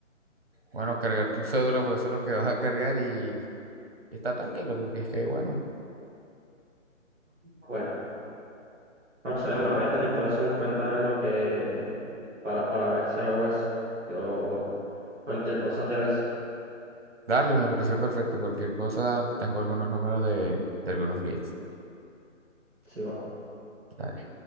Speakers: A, on the right; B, in the centre.
A: Bueno, cargar tu cédula, pues eso es lo que vas a cargar y, y está tranquilo, porque es que, bueno,
B: Bueno, no sé, bueno, voy a tener todo eso en cuenta en lo que, para, para ver si hago eso. Yo cualquier cosa te aviso,
A: dale, me pareció perfecto. Cualquier cosa, tengo algunos números de, de algunos guías.
B: sí va.
A: Dale.